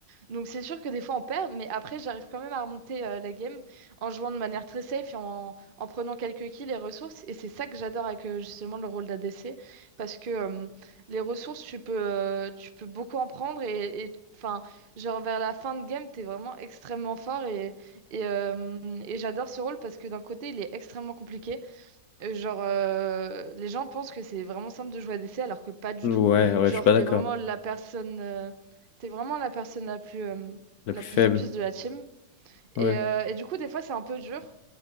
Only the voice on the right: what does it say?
Donc c'est sûr que des fois on perd, mais après j'arrive quand même à remonter euh, la game en jouant de manière très safe et en, en prenant quelques kills et ressources. Et c'est ça que j'adore avec euh, justement le rôle d'ADC, parce que euh, les ressources tu peux, euh, tu peux beaucoup en prendre et et, enfin genre vers la fin de game t'es vraiment extrêmement fort et, et, euh, et j'adore ce rôle parce que d'un côté il est extrêmement compliqué euh, Genre, euh, les gens pensent que c'est vraiment simple de jouer à DC alors que pas du
tout.
Genre,
t'es
vraiment la personne, euh, t'es vraiment la personne la plus, euh,
la
plus
focus de la team.
Et, euh, et du coup, des fois, c'est un peu dur.